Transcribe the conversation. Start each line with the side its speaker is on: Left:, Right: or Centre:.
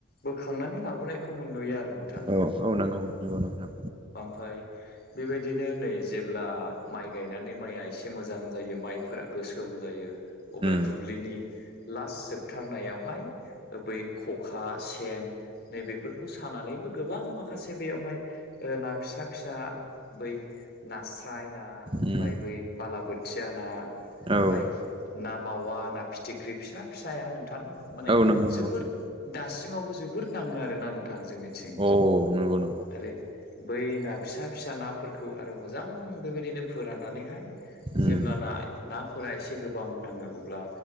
Left: बोखांनानै लाबोनायखौ मोन नुयो आरो। नोंथां
Right: औ औ नंगौ नंगौ नोंथां।
Left: फाय बेबायदिनो नै जेब्ला माइ गायनानै माइया एसे मोजां जायो माइफोरा गोसोम जायो। अब्ला
Right: उम
Left: दुब्लिनि लास्ट जोबथारनायावहाय बै खखा सेन नैबेफोरखौ सानानैबो गोबां माखासे बेयावहाय ना फिसा फिसा बै नास्राय ना ओमफाय
Right: उम
Left: बै बालाबोथिया ना
Right: औ
Left: ओफाय ना मावा ना फिथिख्रि फिसा फिसाया नोंथां माने
Right: औ नोंगौ नोंथां
Left: जोबोद दासिमावबो जोबोद नाङो आरोना नोंथां जोंनिथिं।
Right: औ नोंगौ नोंगौ
Left: आरो बै ना फिसा फिसा नाफोरखौ आरो मोजां बेबायदिनो फोराननानैहाय
Right: उम
Left: जेब्लाना नाफोरा एसे गोब बां नाङो अब्ला